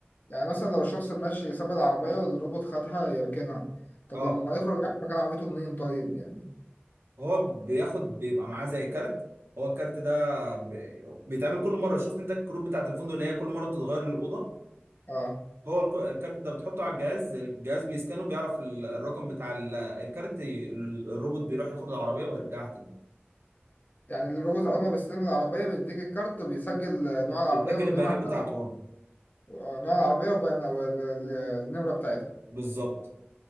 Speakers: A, on the left (about 45°); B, on the right (about 80°).
A: يعني مثلا لو الشخص ماشي ساب العربية والروبوت خدها يركنها طب
B: اه
A: لما يخرج يعرف مكان عربيته منين طيب يعني
B: هو بياخد بيبقى معاه زي كارت هو الكارت ده ب- بيتعمل كل مره شفت انت الكروت بتاعت الفندق اللي هي كل مره بتتغير للاوضه
A: اه
B: هو الك- الكارت ده بتحطه على الجهاز الجهاز بيسكانه بيعرف ال- الرقم بتاع ال- الكارت ي- ال- الروبوت بيروح ياخد العربيه ويرجعها تاني
A: يعني الروبوت أول ما بيستلم العربية بيديك الكارت وبيسجل آه، نوع العربية
B: بيسجل
A: والنمرة
B: البيانات
A: <laughs>
B: بتاعته
A: بتاعتها.
B: اه
A: آه، نوع العربية وبيان والنمرة بتاعتها
B: بالظبط